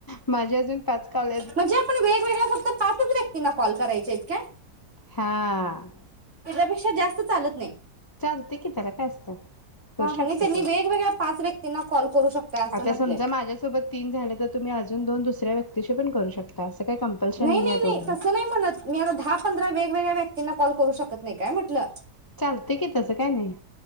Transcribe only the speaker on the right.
म्हणजे आपण वेगवेगळ्या फक्त पाचच व्यक् क्तीना कॉल करायचेत काय
त्याच्यापेक्षा जास्त चालत नाही
हा
हा नाही त्यांनी
वेगवेगळ्या पाच व्यक्तींना कॉल करू शकता असं
म्हटलंय
नाही नाही
नाही तसं नाही मनत मी आता दहा पंधरा वेगवेगळ्या व्यक्.... कतीन कॉल करू शकत नाही काय म्हटलं